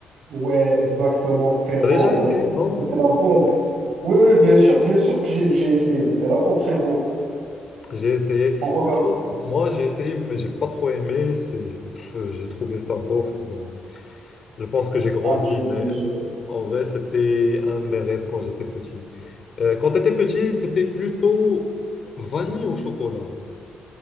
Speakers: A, on the right; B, on the left.
A: Ouais, exactement, frérot.
B: T'as déjà
A: Ouais,
B: essayé,
A: c'est-
B: non?
A: c'était la bombe. Oui, oui, bien sûr, bien sûr que j'ai j'ai essayé. C'était la bombe, frérot.
B: J'ai essayé.
A: On regarde.
B: Franchement, moi, j'ai essayé, mais j'ai pas trop aimé. C'est, pff, j'ai trouvé ça bof. Bon, je pense que j'ai grandi,
A: Ah, j'ai aimé,
B: mais
A: j'ai-
B: en vrai, c'était un de mes rêves quand j'étais petit. Euh, quand t'étais petit, t'étais plutôt vanille au chocolat.